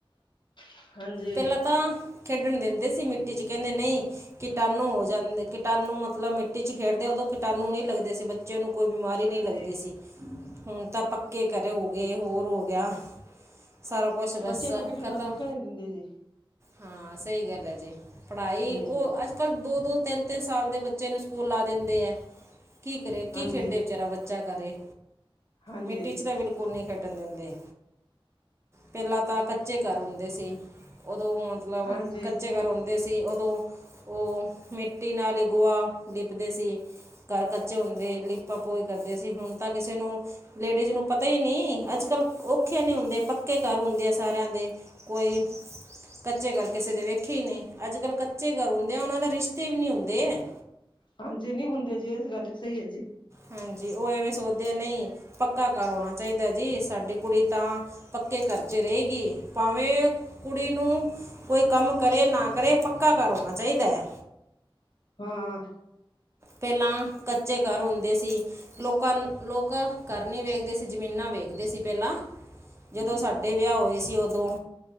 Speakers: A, on the left; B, on the right.
A: ਹਾਂਜੀ
B: ਪਹਿਲਾਂ ਤਾਂ ਹੀ, ਖੇਡਣ ਦਿੰਦੇ ਸੀ ਮਿੱਟੀ ਚ ਕਹਿੰਦੇ ਨਹੀਂ, ਕੀਟਾਣੂ ਹੋ ਜਾਂਦੇ ਕੀਟਾਣੂ ਮਤਲਬ ਮਿੱਟੀ ਮਟੀ ਚ ਖੇਡਦੇ ਉਦੋਂ ਕੀਟਾਣੂ ਨਹੀਂ ਲੱਗਦੇ ਸੀ, ਬੱਚਿਆਂ ਨੂੰ ਕੋਈ ਬਿਮਾਰੀ ਨ
A: ਹਾਂਜੀ
B: ਨਹੀਂ ਲੱਗਦੀ ਸੀ। ਹੁਣ ਤਾਂ ਪੱਕੇ ਘਰੇ ਗੇਏ, ਹੋਰ ਹੋ ਗਿਆ। ਸਾਰਾ ਕੁਛ ਬਸ
A: ਬੱਚਿਆਂ ਨੂੰ ਖੇਡਣ
B: ਖਤਮ।
A: ਦਾ ਮੌਕਾ ਨਹੀਂ ਦਿੰਦੇ ਜੀ
B: ਹਾਂ ਸਹੀ ਗੱਲ ਹੈ ਜੀ, ਪੜਾਈ
A: ਹਾਂਜੀ
B: ਉਹ ਅੱਜ ਕੱਲ ਦੋ- ਦੋ ਤਿੰਨ- ਤਿੰਨ ਸਾਲ ਦੇ ਬੱਚੇ ਨੂੰ ਸਕੂਲਾ ਲਾ ਦਿੰਦੇ ਹੈ, ਕੀ ਕਰੇ, ਕੀ
A: ਹਾਂਜੀ
B: ਖੇਡੇ ਵਿਚਾਰਾ ਬੱਚਾ ਕਰੇ।
A: ਹਾਂਜੀ
B: ਮਿੱਟੀ 'ਚ ਤਾਂ ਬਿਲਕੁਲ ਨਹੀਂ ਖੇੱਡਣ ਦਿੰਦੇ। ਪਹਿਲਾਂ ਤਾਂ ਕੱਚੇ ਘਰ ਹੁੰਦੇ ਸੀ ਉਦੋਂ ਮਤਲਬ
A: ਹਾਂਜੀ
B: ਕੱਚੇ ਘਰ ਹਉਦੇ ਸੀ ਉਦੋਂ ਉਹ ਮਿੱਟੀ ਨਾਲ ਹੀ ਗੋਆ ਲਿੱਪਦੇ ਸੀ। ਘਰ ਕੱਚੇ ਹੁੰਦੇ ਲਿਪਾਂ- ਪੋਈ ਕਰਦੇ ਸੀ, ਹੁਣ ਤਾਂ ਕਿਸੇ ਨੂੰ ਲੇਡੀਜ਼ ਨੂੰ ਪਤਾ ਹੀ ਨਹੀਂ, ਅੱਜ ਕੱਲ ਔਖੇ ਨੀ ਹੁੰਦੇ ਪੱਕੇ ਘਰ ਹੁੰਦੇ ਆ ਸਾਰਿਆਂ ਦੇ, ਕੋਈ ਕੱਚੇ ਘਰ ਕਿਸੇ ਦੇ ਵੇਖੇ ਹੀ ਨਹੀਂ, ਅੱਜ ਕੱਲ ਕੱਚੇ ਘਰ ਹੁੰਦੇ ਆ ਉਹਨਾਂ ਦੇ ਰਿਸ਼ਤੇ ਵੀ ਨਹੀਂ ਹੁੰਦੇ ਹੈ।
A: ਹਾਂਜੀ ਨੀ ਹੁੰਦੇ ਜੀ ਇਸ ਗੱਲ ਸਹੀ ਹੈ ਜੀ।
B: ਹਾਂਜੀ ਉਹ ਐਵੇਂ ਸੋਚਦੇ ਆ ਨਹੀਂ ਪੱਕਾ ਕਰ ਆਉਣਾ ਚਾਹੀਦਾ ਜੀ, ਸਾਡੀ ਕੁੜੀ ਤਾਂ ਪੱਕੇ ਘਰਚੇ ਰਹੇਗੀ, ਭਾਵੇਂ ਕੁੜੀ ਨੂੰ ਕੋਈ ਕੰਮ ਕਰੇ ਨਾ ਕਰੇ ਪੱਕਾ ਘਰ ਆਉਣਾ ਚਾਹੀਦਾ ਹੈ।
A: ਹੂੰ।
B: ਪਹਿਲਾਂ ਕੱਚੇ ਘਰ ਹੁੰਦੇ ਸੀ। ਲੋਕਾਂ ਲੋਕ ਘਰ ਨਹੀਂ ਵੇਖਦੇ ਸੀ ਜ਼ਮੀਨਾਂ ਵੇਖਦੇ ਸੀ ਪਹਿਲਾਂ। ਜਦੋਂ ਸਾਡੇ ਵਿਆਹ ਹੋਏ ਸੀ ਉਦੋਂ,